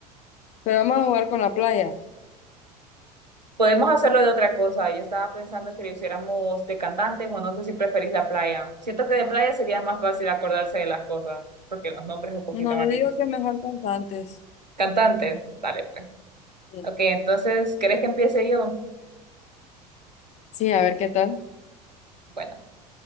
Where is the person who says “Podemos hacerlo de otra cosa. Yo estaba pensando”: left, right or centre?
Right